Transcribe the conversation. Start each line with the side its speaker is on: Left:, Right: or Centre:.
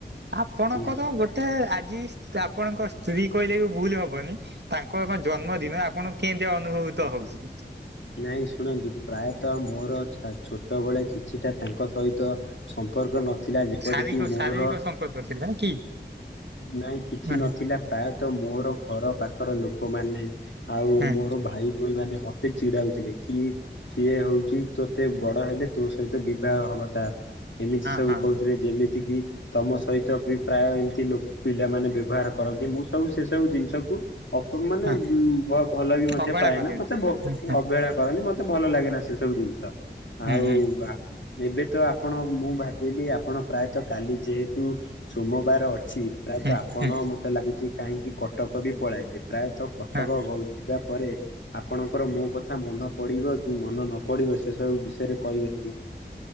Right: ଆପଣଙ୍କର
Left: ଆଜ୍ଞା
Right: ଗୋଟେ ଆଜି ଆପଣଙ୍କ ସ୍ତ୍ରୀ କହିଲେ ବି ଭୁଲ ହବନି ତାଙ୍କର କଁ ଜନ୍ମଦିନ ଆପଣଙ୍କୁ କେମିତି ଅନୁଭୂତ ହୋଉଚି?
Left: ନାଇଁ ଶୁଣନ୍ତୁ ପ୍ରାୟତଃ ମୋର ଛା ଛୋଟବେଳେ କିଛିଟା ତାଙ୍କ ସହିତ ସମ୍ପର୍କ ନ ଥିଲା ଯେପରିକି
Right: ଶାରୀରିକ
Left: ମୋର
Right: ଶାରୀରିକ ସମ୍ପର୍କ ଥିଲା କି?
Left: ନାଇଁ କିଛି
Right: ହଁ
Left: ନଥିଲା ପ୍ରାୟତଃ ମୋର ଘର ପା ଖର ଲୋକମାନେ ଆଉ
Right: ହଁ
Left: ମୋର ଭାଇ ଭୋଉଣୀ ମାନେ ମତେ ଚିଡାଉଥିଲେ କି ସିଏ ହୋଉଚି ତୋତେ ବଡ ହେଲେ ତୋ ସହିତ ବିବାହ ହବ ତାର। ଏମିତି ସବୁ
Right: ହଁ
Left: କହୁଥିଲେ ଯେମିତି କିି ତମ ସହିତ ବି ପ୍ରାୟ ଏମତି ଲୋ ପିଲାମାନେ ବ୍ୟ ବ୍ୟବହାର କରନ୍ତି ମୁଁ ସବୁ ସେ ସବୁ ଜିନିଷକୁ ଅପଣମାନେ
Right: ହଁ
Left: ଉଁ ଭ ଭଲ ବି ମଧ୍ୟ
Right: ଅବହେଳା
Left: ପାଏନା
Right: କରିଦିଅନ୍ତି।
Left: ମତେ ଭ ମୁଁ ଅବହେଳା କରେନି ମତେ ଭଲ ଲାଗେନା ସେ ସବୁ ଜିନିଷ
Right: ହୁଁ
Left: ଆଉ
Right: ହୁଁ
Left: ଆ ଏବେ ତ ଆପଣ ମୁଁ ଭାବିଲି ଆପଣ ପ୍ରାୟତଃ କାଲି ଯେହେତୁ ସୋମବାର ଅଛି ପ୍ରାୟତଃ
Right: ହୁଁ
Left: ଆପଣ
Right: ହୁଁ
Left: ମତେ ଲାଗୁଚି କାହିଁକି କଟକ ବି ପଳାଇବେ ପ୍ରାୟତଃ କଟକ
Right: ହଁ
Left: କୋହୁ ଯିବା ପରେ ଆପଣଙ୍କର ମୋ କଥା ମନ ପଡିବ କି ମନ ନ ପଡିବ ସେ ସବୁ ବିଷୟରେ କହିବେ ଟିକେ।